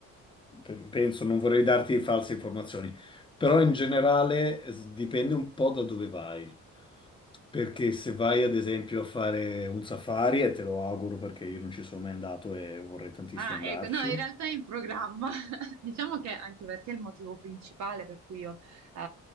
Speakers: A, on the left; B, on the right.
A: Pe- Penso, non vorrei darti false informazioni, però in generale s- dipende un po' da dove vai. Perché se vai ad esempio a fare un safari, e te lo auguro perché io non ci sono mai andato e vorrei tantissimo
B: Ah,
A: andarci.
B: ecco, no, in realtà è in programma. <laughs> Diciamo che anche perché il motivo principale per cui io eh,